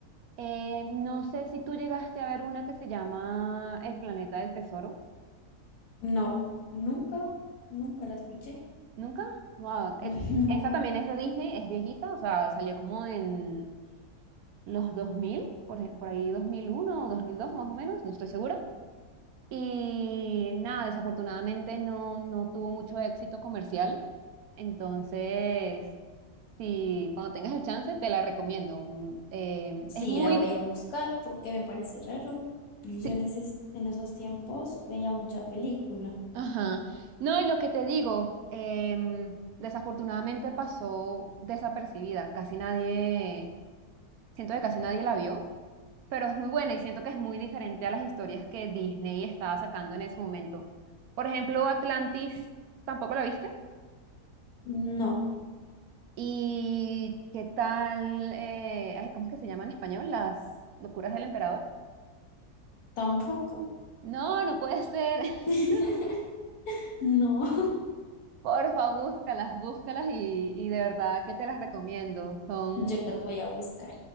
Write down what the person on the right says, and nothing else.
Eh, no sé si tú llegaste a ver una que se llama El Planeta del Tesoro.
¿Nunca? Wow.
Eh,
esa también es de Disney, es viejita, o sea, salió como en los 2000 por, ej- por ahí 2001 o 2002 más o menos, no estoy segura. Y nada, desafortunadamente no, no tuvo mucho éxito comercial. Entonces, si cuando tengas el chance, te la recomiendo. Mm, eh,
es muy,
sí,
Ajá. No, y lo que te digo, em, desafortunadamente pasó desapercibida. Casi nadie, siento que casi nadie la vio, pero es muy buena y siento que es muy diferente a las historias que Disney estaba sacando en ese momento. Por ejemplo, Atlantis, ¿tampoco la viste?
¿Y qué tal? eh, ay, ¿cómo es que se llama en español? Las locuras del emperador.
No, no puede ser. <laughs>
Porfa, búscalas, búscalas y, y de verdad que te las recomiendo. Son...